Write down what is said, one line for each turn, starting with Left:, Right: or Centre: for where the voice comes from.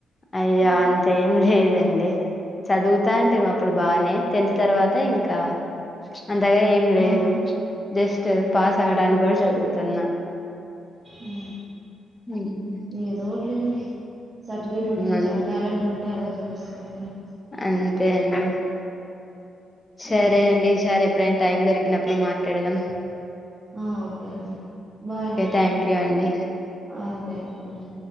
Left: అయ్యా అంతే లేదండి చదువుతా అంటేమి అప్పుడు బానే టెన్త్ తర్వాత అంతే ఇంకా అంతగా ఏం లేదు
Right: ఆ
Left: జస్ట్ పాస్ అవడానికి కూడా చదువు తిన్న
Right: మ్మ్
Left: మ్మ్
Right: ఏదో ఒకటి లేండి సర్టిఫికెట్ ఉంటే
Left: అం
Right: చాలు టాలెంట్ ఉంటే అదే చూపిస్తది అండి
Left: అంతే అండి సరే
Right: ఉమ్,
Left: అండి సరే ఎప్పుడైనా టైం దొరికిన అప్పుడు మాట్లాడదం
Right: ఆ ఓకే అండి బాయ్ అండి
Left: థ్యాంక్ యూ అండి
Right: ఆ థ్యాంక్ యూ అండి